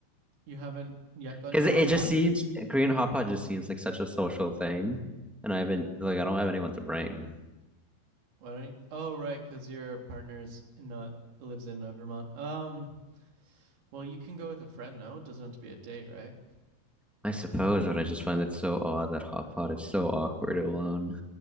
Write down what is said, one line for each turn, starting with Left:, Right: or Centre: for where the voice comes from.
Right: You haven't yet gone
Centre: Because
Right: to
Centre: it,
Right: Hot
Centre: it just
Right: Pot?
Centre: seems Korean hot pot just seems like such a social thing, and I haven't like I don't have anyone to bring.
Right: Why don't you? Oh, right, because your partner's not lives in uh, Vermont. Um, well, you can go with a friend, no? It doesn't have to be a date, right?
Centre: I suppose, but I just find it so odd that hot pot is so awkward alone.